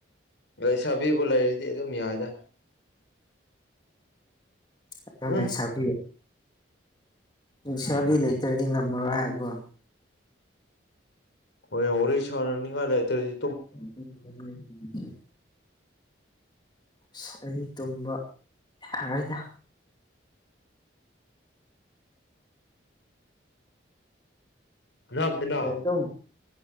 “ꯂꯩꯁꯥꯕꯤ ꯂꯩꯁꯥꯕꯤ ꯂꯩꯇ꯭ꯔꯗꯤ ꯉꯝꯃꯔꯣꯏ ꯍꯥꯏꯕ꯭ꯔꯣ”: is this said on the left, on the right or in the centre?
Left